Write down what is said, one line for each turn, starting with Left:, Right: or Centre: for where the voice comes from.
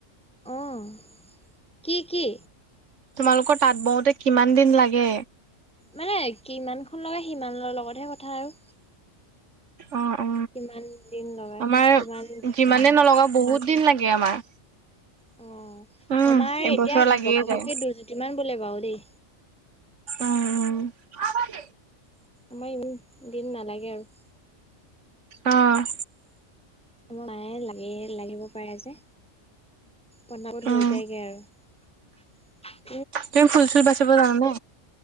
Centre: অঁ কি কি?
Right: তোমালোকৰ তাঁত বওঁতে কিমান দিন লাগে?
Centre: মানে কিমান খন লাগে, সিমানৰ লগতহে কথা আৰু
Right: অ অ
Centre: কিমান? দিন লগাই
Right: আমাৰ
Centre: কিমান
Right: যিমানে নলগা বহুত দিন লাগে আমাৰ।
Centre: অ'!
Right: উম
Centre: আমাৰ
Right: এবছৰ
Centre: এতিয়া ঘপক
Right: লাগিয়ে
Centre: ঘপকে
Right: যায়।
Centre: দুৰ্জ্যুতি মমান বোলে বাৰু দেই।
Right: অ! অ!
Centre: আমাৰ ইমান দিন নালাগে আৰু।
Right: অঁ!
Centre: মায়ে লাগে, লাগিব পাৰে যে, পনাপত
Right: উম,
Centre: হৈ যায়গে আৰু।
Right: তুমি ফুল চুল বাচিব জানানে?